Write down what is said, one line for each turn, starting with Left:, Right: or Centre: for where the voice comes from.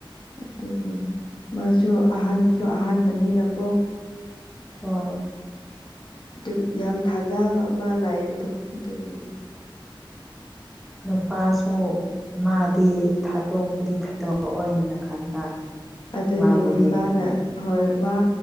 Left: ꯑꯗꯨꯒꯤꯅꯤ ꯃꯥꯁꯨ ꯑꯍꯥꯟꯕꯁꯨ ꯑꯍꯥꯟꯕꯅꯤꯅꯀꯣ
Centre: ꯍ
Left: ꯑꯗꯨꯝ ꯌꯥꯝ ꯊꯥꯖꯕ ꯑꯃ ꯂꯥꯛꯕꯗꯣ ꯑꯗꯨꯒꯤꯅꯤ
Centre: ꯅꯨꯄꯥꯁꯨ ꯃꯥꯗꯤ ꯊꯥꯗꯣꯛꯄꯗꯤ ꯈꯗꯧꯑꯣꯏꯅ ꯈꯟꯕ
Left: ꯑꯗꯨꯒꯤꯅꯤ
Centre: ꯃꯥꯕꯨꯗꯤ
Left: ꯃꯥꯅ ꯍꯣꯏ ꯋꯥ